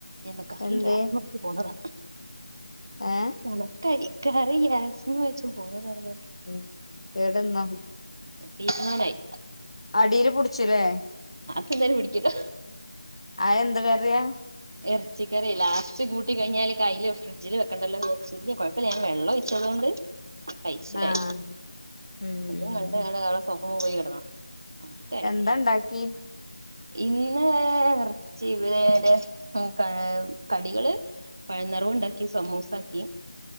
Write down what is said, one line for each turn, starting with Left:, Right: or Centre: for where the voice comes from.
Right: എൻ്റെകറി
Left: എന്തേ
Right: ഗ്യാസ്സ്ല് വെച്ച് പോന്നതാ
Left: ഏ
Right: കണക്കായി കറി ഗ്യാസ്മേ വെച്ച് പോന്നതാണെന്ന്
Left: ഉം കേടെന്നാ
Right: തീര്മാനായി
Left: അടീല് പുടിച്ചിലേ
Right: പിന്നേന്ന് പിടിക്കട്ട
Left: ആയെന്തൊരുകറിയാ
Right: എറച്ചിക്കറി ലാസ്റ്റ് കൂട്ടി കഴിഞ്ഞാല് കയ്ല് ഫ്രഡ്ജില് വെക്കണ്ടല്ലോജാരിച്ച് ഇല്ല്യ കൊഴപ്പില്ല്യ ഞാൻ വെള്ളവൊഴിച്ചതുകൊണ്ട് കൊണ്ട് പൈസിലായി
Left: ആഹ് ഉം
Right: അതും കൺ ഞങ്ങൾടെ <unintelligible> സൊഖോം പോയി ഇടണം ആണോ സ്ഥയായി
Left: എന്താ ഇണ്ടാക്കി
Right: ഇന്ന് കൊർച്ച് ഇവിടെരെ ഉം ക കടികള് പഴംനെറവുണ്ടാക്കി, സമൂസാക്കി